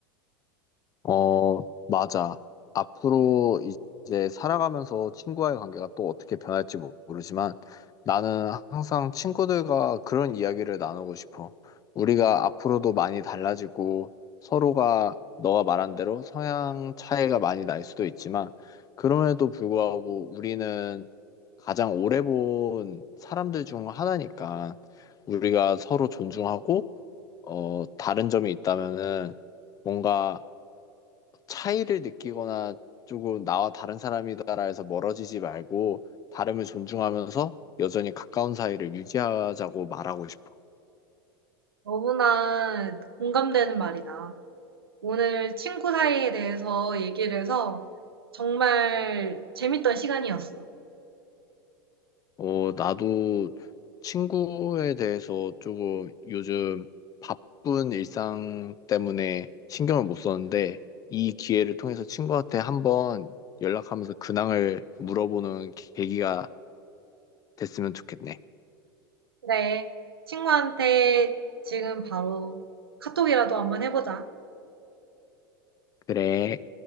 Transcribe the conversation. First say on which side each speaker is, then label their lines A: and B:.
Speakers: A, on the left; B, on the right.
A: 어, 맞아. 앞으로 이제 살아가면서 친구와의 관계가 또 어떻게 변할지 모- 모르지만 나는 항상 친구들과 그런 이야기를 나누고 싶어. 우리가 앞으로도 많이 달라지고 서로가 너가 말한 대로 성향 차이가 많이 날 수도 있지만 그럼에도 불구하고 우리는 가장 오래 본 사람들 중 하나니까 우리가 서로 존중하고 어, 다른 점이 있다면은 뭔가 차이를 느끼거나 조금 나와 다른 사람이다라 해서 멀어지지 말고 다름을 존중하면서 여전히 가까운 사이를 유지하자고 말하고 싶어.
B: 너무나 공감되는 말이다. 오늘 친구 사이에 대해서 얘기를 해서 정말 재밌던 시간이었어.
A: 어, 나도 친구에 대해서 조금 요즘 바쁜 일상 때문에 신경을 못 썼는데 이 기회를 통해서 친구한테 한번 연락하면서 근황을 물어보는 계기가 됐으면 좋겠네.
B: 네. 친구한테 지금 바로 카톡이라도 한번 해 보자.
A: 그래.